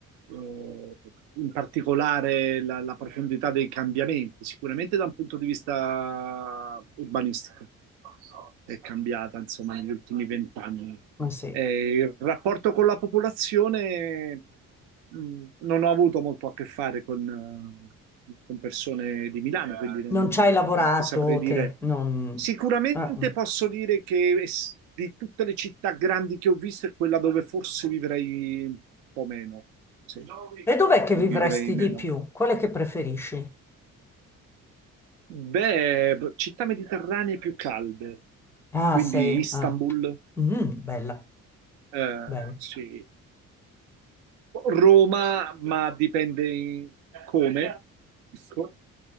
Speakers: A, on the right; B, in the centre.
A: eh, in particolare la, la profondità dei cambiamenti, sicuramente da un punto di vista urbanistico è cambiata, insomma, negli ultimi vent'anni.
B: Ma sì.
A: Eh, il rapporto con la popolazione, mh, non ho avuto molto a che fare con, eh, con persone di Milano, quindi non
B: Non ci hai lavorato?
A: ti saprei dire.
B: Che non...
A: Sicuramente
B: Ah, mm.
A: posso dire che es- di tutte le città grandi che ho visto è quella dove forse vivrei un po' meno. Sì,
B: E dov'è che
A: vivrei
B: vivresti
A: meno.
B: di più? Qual è che preferisci?
A: Beh, città mediterranee più calde,
B: Ah,
A: quindi
B: sei...
A: Istanbul.
B: Ah. Mm, bella,
A: Eh,
B: bella.
A: sì. Roma, ma dipende in- come. Ecco.